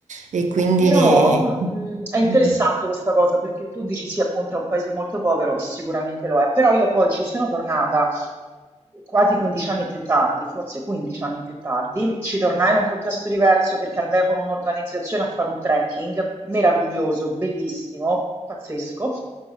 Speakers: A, on the right; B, on the right.
A: e quindi...
B: Però mh, è interessante
A: mm,
B: questa cosa perché tu dici sì, appunto è un paese molto povero e sicuramente lo è, però io poi ci sono tornata quasi 15 anni più tardi, forse 15 anni più tardi, ci tornai in un contesto diverso perché andai con un'organizzazione a fare un trekking meraviglioso, bellissimo, pazzesco.